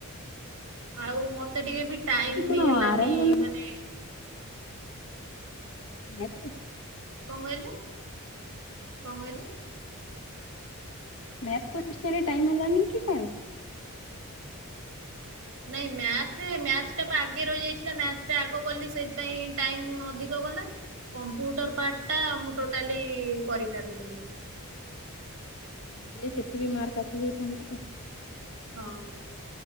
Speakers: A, on the right; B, on the left.
A: ଆଉ ମତେ ଟିକେ ବି ଟାଇମ୍
B: କି କଣ
A: ବି ହେଲାନି
B: ଆର ଆଇ ଏମ୍
A: ମାନେ
B: ନା ଇତ୍ରି।
A: କଁ କହିଲେ କଁ କହିଲେ?
B: ମ୍ୟାଥ୍ କୋତ୍ସିନ ରେ ଟାଇମ ହେଲାନି କି କଣ?
A: ନାଇଁ ମ୍ୟାଥରେ ମ୍ୟାଥ୍ ଟା ପା ଆଗେ ରହିଯାଇଥିଲା। ମ୍ୟାଥ୍ ଟା ଆଗ କଲି ସେଇଥିପାଇଁ ଟାଇମ୍ ଅଧିକ ଗଲା। କମ୍ପ୍ୟୁଟର ପାର୍ଟ ଟା ମୁଁ ଟୋଟାଲି କରିପାରିଲିିନି।
B: ହେଲେ ସେଥି ବି ମାର୍କ ଆସି ଯାଇଥାନ୍ତା।
A: ହଁ।